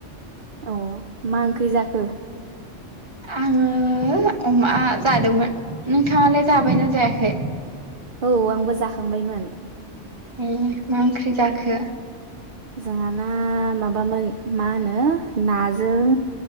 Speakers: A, on the right; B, on the right.
A: औ औ मा ओंख्रि जाखो?
B: आङो अमा जादोंमोन नोंथाङालाय जाबायना जायाखै?
A: औ आंबो जाखांबायमोन
B: ए मा ओंख्रि जाखो
A: जोंहा ना माबामोन मा होनो नाजों